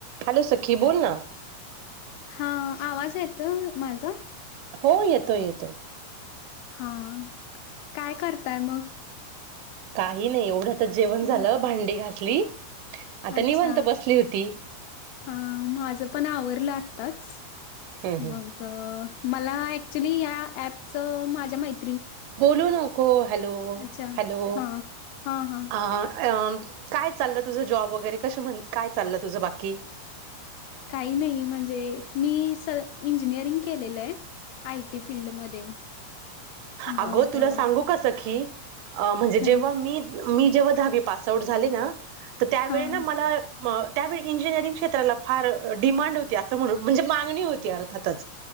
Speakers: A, on the right (about 80°); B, on the left (about 80°).
A: Hello सखी बोल ना
B: हा आवाज येत माझा?
A: हो येतोय येतोय,
B: हा काय करताय मग,
A: काही नाही एवढं तर जेवण
B: हम्म
A: झालं भांडी घासली आता
B: अच्छा
A: निवांत बसली होती.
B: हा माझं पण आवरलं आत्ताच
A: हम्म हम्म.
B: मग मला ऍक्चुली ह ऍपच माझ्या मत्री
A: बोलू नको हॅलो
B: अच्छा
A: हॅलो
B: हां हां हां
A: अ अ काय चाललं तुझं जॉब वगैरे कशा म्हणे काय चाललं तुझं बाकी
B: काही नाही म्हणजे मी स इंजिनियरिंग केलेलंय आय टी फील्डमध्ये मग
A: अगं तुला
B: अ,
A: सांगू का सखी अ म्हणजे
B: हां
A: जेव्हा मी मी जेव्हा दहावी पास आउट झाले ना तर त्यावेळी
B: हां
A: ना मला म त्यावेळी इंजिनिअरिंग क्षेत्राला फार डिमांड होती असं म्हणू म्हणजे मागणी होती अर्थातच